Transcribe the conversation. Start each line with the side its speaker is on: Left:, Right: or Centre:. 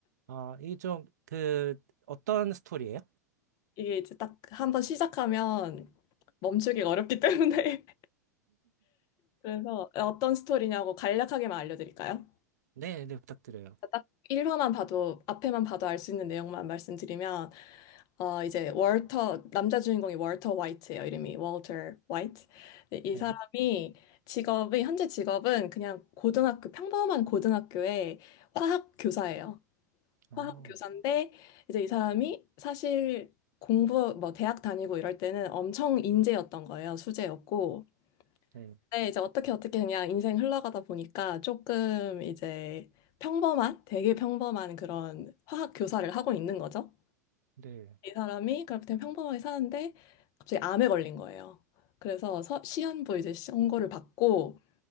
Right: 아, 이 좀, 그, 어떤 스토리예요?
Left: 이게 이제 딱 한번 시작하면 멈추기가 어렵기 <laughs> 때문에. 그래서 어떤 스토리냐고 간략하게만 알려드릴까요?
Right: 네, 네, 부탁드려요.
Left: 딱 1화만 봐도 앞에만 봐도 알 수 있는 내용만 말씀드리면 어 이제 월터 남자 주인공이 월터 화이트예요. 이름이 월터 화이트. 근데 이
Right: 네.
Left: 사람이 직업이 현재 직업은 그냥 고등학교 평범한 고등학교의 화학 교사예요.
Right: 어,
Left: 화학 교사인데 이제 이 사람이 사실 공부 뭐 대학 다니고 이럴 때는 엄청 인재였던 거예요. 수재였고
Right: 네.
Left: 네, 이제 어떻게 어떻게 그냥 인생 흘러가다 보니까 조금 이제 평범한, 되게 평범한 그런 화학 교사를 하고 있는 거죠.
Right: 네.
Left: 이 사람이 그렇게 되게 평범하게 사는데 갑자기 암에 걸린 거예요. 그래서 서, 시한부 이제 시- 선고를 받고